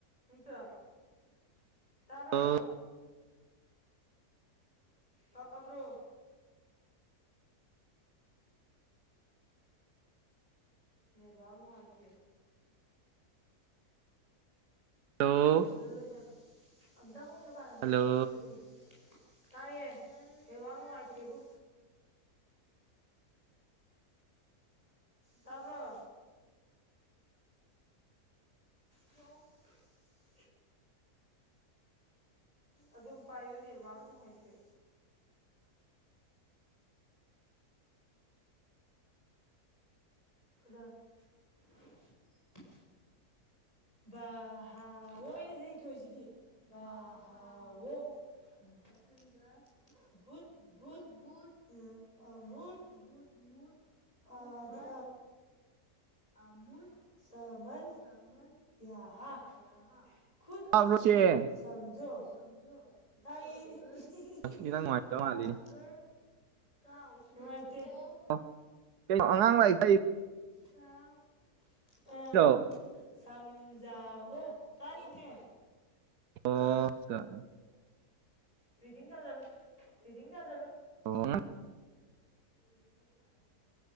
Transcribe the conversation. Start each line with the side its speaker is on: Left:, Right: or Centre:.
Left: ꯍꯆꯥ <unintelligible>
Right: ꯍꯜꯂꯣ
Left: ꯇꯥꯕ꯭ꯔꯣ ꯇꯥꯕ꯭ꯔꯣ ꯅꯦꯠꯋꯥꯛ ꯅꯨꯉꯥꯏꯇꯦ
Right: ꯍꯜꯂꯣ
Left: ꯂꯣꯏꯁꯜꯂꯣ ꯂꯣꯏꯁꯜꯂꯣ ꯑꯝꯇ ꯍꯧꯅ ꯄꯥꯔꯝꯃꯣ
Right: ꯍꯜꯂꯣ
Left: ꯑꯗꯨꯒ ꯁꯨꯇꯤ ꯇꯥꯏꯌꯦ ꯅꯦꯠꯋꯥꯛ ꯅꯨꯉꯥꯏꯇꯦꯕꯣ ꯇꯥꯕ꯭ꯔꯣ <unintelligible> ꯑꯗꯨꯝ ꯄꯥꯏꯌꯨꯅꯦ ꯅꯦꯠꯋꯥꯛ ꯅꯨꯡꯉꯥꯏꯇꯦ <unintelligible> ꯚ-ꯍ <unintelligible> ꯂ‌ꯣꯏꯅ ꯍꯩ ꯏꯊꯣꯏꯁꯤꯗꯤ ꯕꯥ ꯍꯥꯎꯋꯦ ꯃꯊꯪꯗꯥ ꯒꯨꯠ ꯒꯨꯠ <unintelligible> ꯕꯨꯠ ꯕꯨꯠ ꯑꯗ ꯑꯝꯔꯨꯠ ꯁꯥꯃꯟ ꯌꯥꯍꯥ ꯌꯥꯍꯥ ꯈꯨꯨꯠ ꯈꯨ
Right: ꯇꯥꯕ꯭ꯔꯣ ꯆꯦ
Left: ꯈꯨꯨꯗ ꯁꯖꯣꯁ ꯁꯝꯖꯣ ꯇꯥꯏꯌꯦ ꯏꯁ ꯑ ꯍ ꯍ ꯍ
Right: ꯈꯤꯇꯪ ꯅꯨꯡꯉꯥꯏꯇ
Left: ꯒ-ꯔ
Right: ꯃꯥꯜꯂꯤꯅꯦ
Left: ꯒꯔ ꯀꯥꯎ ꯋꯥꯏ ꯀꯦ-ꯕꯣ
Right: ꯑꯣ ꯀꯩꯅꯣ ꯑꯉꯥꯡ ꯂꯥꯏꯔꯤꯛ ꯇꯥꯛꯏ
Left: ꯆꯥꯎ ꯑꯥ
Right: ꯇꯥꯛꯏꯔꯣ
Left: ꯁꯖꯥꯎꯑꯣ ꯇꯥꯛꯏꯅꯦ
Right: ꯑꯣ ꯁꯤꯗ
Left: ꯔꯤꯗꯤꯡ ꯊꯥꯖꯜꯂꯣ ꯔꯤꯗꯤꯡ ꯊꯥꯖꯜꯂꯣ
Right: ꯑꯣ-ꯉ
Left: ꯔꯗꯤꯡꯁꯨ ꯊꯥꯗꯣꯏ